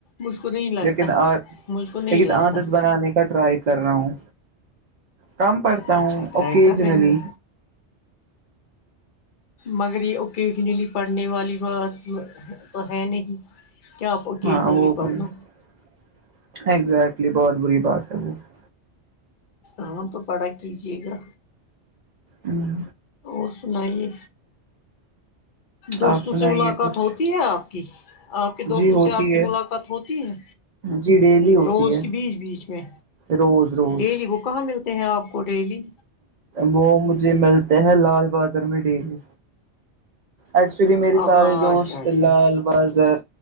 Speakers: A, on the left; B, on the right.
A: مجھ کو نہیں لگتا
B: لیکن آ
A: مجھ کو نہیں
B: لیکن
A: لگتا
B: عادت بنانے کا ٹرائی کر رہا ہوں کم پڑھتا
A: اچھا
B: ہوں
A: ٹرائی
B: اوکج
A: کر رہے
B: میری
A: ہو مگر یہ اکنیلی پڑھنے والی ب تو ہے نہیں کیا آپ اوکیجنلی
B: <unintelligible>
A: پڑھ لو ہاں تو پڑا کیجیے گا
B: ہوں
A: اور سنائیے دوستوں
B: آپ سنائیے
A: سے ملاقات
B: کچھ
A: ہوتی ہے آپ آپ کے دوستوں
B: جی ہوتی
A: سے آپ کی
B: ہے
A: ملاقات ہوتی ہے
B: جی ڈیلی ہوتی
A: روز
B: ہے
A: کے بیچ بیچ میں
B: روز روز
A: ڈیلی وہ کہاں ملتے ہیں آپ کو ڈیلی
B: وہ مجھے ملتے ہیں لال بازار میں ڈیلی ایکچولی میرے سارے
A: اولا
B: دوست
A: اچھا اچھا
B: Lal Bazar